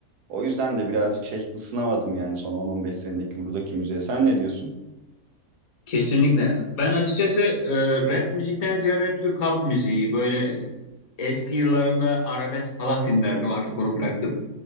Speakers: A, on the right; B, on the left.
A: O yüzden de birazcık şey ısınamadım yani son 10-15 senedeki buradaki müziğe. Sen ne diyorsun?
B: Kesinlikle. Ben açıkçası e, rap müzikten ziyade Türk halk müziği, böyle eski yıllarımda arabesk falan dinlerdim, artık onu bıraktım.